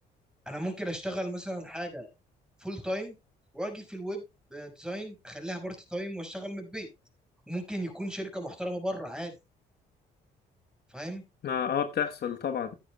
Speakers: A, in the centre; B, on the left.
A: انا ممكن اشتغل مثلا حاجه فول تايم واجي في الويب آه، ديزاين اخليها بارت تايم واشتغل من البيت وممكن يكون شركه محترمه بره عادي فاهم
B: ما اه بتحصل طبعا